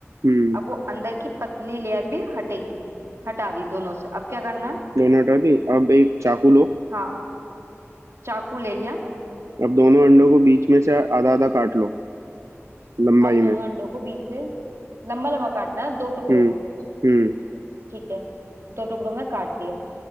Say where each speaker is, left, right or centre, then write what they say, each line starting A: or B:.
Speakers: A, on the right; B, on the right.
A: हम्म
B: अब वो अंदर की पतली लेयर भी हटेगी हटा दी दोनों से अब क्या करना है
A: दोनों हटा दी अब एक चाकू लो
B: हाँ चाकू ले लिया
A: अब दोनों अंडों को बीच में से आधा आधा काट लो लंबाई
B: अब दोनों
A: में
B: अंडों को बीच से लंबा लंबा काटना है दो टुकड़ों
A: हम्म
B: में
A: हम्म
B: ठीक है दो टुकड़ों में काट दिया